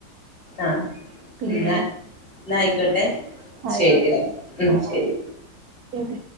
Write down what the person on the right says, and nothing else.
പിന്നെ
ആയിക്കോട്ടെ
ആ
ശരി